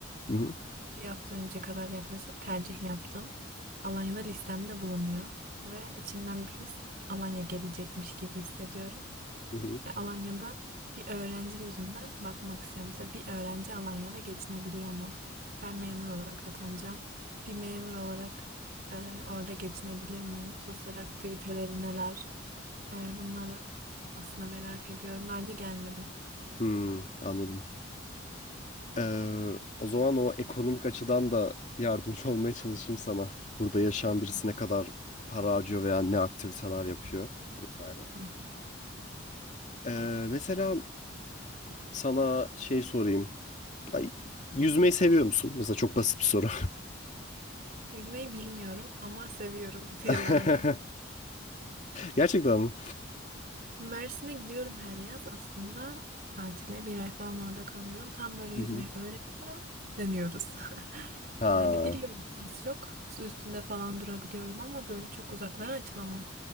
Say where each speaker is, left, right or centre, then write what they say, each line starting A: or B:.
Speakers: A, on the left; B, on the right.
A: Hı hı.
B: Bir hafta önce kadar yaklaşık tercih yaptım. Alanya'da listemde bulunuyor ve içimden bir his Alanya gelecekmiş gibi hissediyorum.
A: Hı hı.
B: Ya Alanya'da bir öğrenci gözünden bakmak istiyorum. Mesela bir öğrenci Alanya'da geçinebiliyor mu? Ben memur olarak atanacağım. Bir memur olarak e, orada geçinebilir miyim? Sosyal aktiviteleri neler? E, bunları aslında merak ediyorum. Daha önce gelmedim.
A: Hmm, anladım. Ee, o zaman o ekonomik açıdan da yardımcı olmaya çalışayım sana. Burada yaşayan
B: Hı
A: birisi ne kadar para harcıyor veya ne aktiviteler yapıyor vesaire.
B: hı.
A: Ee, mesela sana şey sorayım. Ay, yüzmeyi seviyor musun? Mesela çok basit bir soru.
B: Yüzmeyi bilmiyorum ama seviyorum <laughs> kıyılarda.
A: <laughs> Gerçekten mi?
B: Mersin'e gidiyorum her yaz aslında tatile. Bir ay falan orada kalıyorum. Tam böyle yüzmeyi
A: Hı hı.
B: öğreniyorum. Dönüyoruz. <laughs>
A: Ha,
B: Yani biliyorum az çok. Su üstünde falan durabiliyorum ama böyle çok uzaklara açılamam.